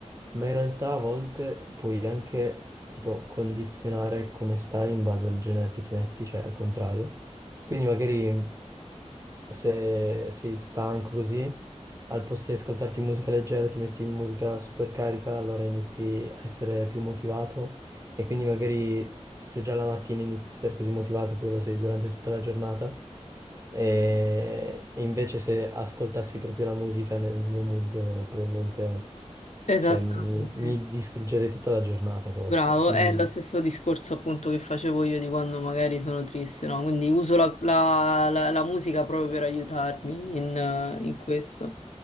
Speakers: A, on the right; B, on the left.
A: ma in realtà a volte puoi anche tipo condizionare come stai in base al genere che ti metti, cioè al contrario. Quindi magari se sei stanco così, al posto di ascoltarti musica leggera ti metti in musica super carica, allora inizi a essere più motivato e quindi magari se già la mattina inizi a essere così motivato, poi lo sei durante tutta la giornata e e invece se ascoltassi proprio la musica nel mio mood, probabilmente,
B: Esattamente.
A: cioè, mi, mi distruggerei tutta la giornata forse.
B: Bravo,
A: Quindi
B: è lo stesso discorso appunto che facevo io di quando magari sono triste, no? Quindi uso la, la- la- la musica proprio per aiutarmi in, eh, in questo.